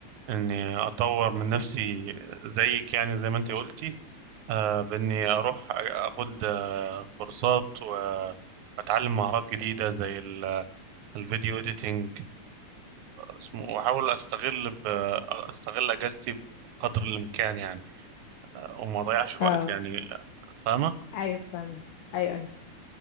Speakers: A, on the right; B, on the left.
A: اني اطور من نفسي زيك يعني زي ما انت قلتي آه باني اروح اخد آه، كورسات واتعلم مهارات جديده زي الفيديو اديتنج اسمه واحاول استغل ب... استغل اجازتي بقدر الامكان يعني آه، وما اضيعش
B: اه
A: وقت يعني آه، فاهمه
B: ايوه فاهمك ايوه ايوه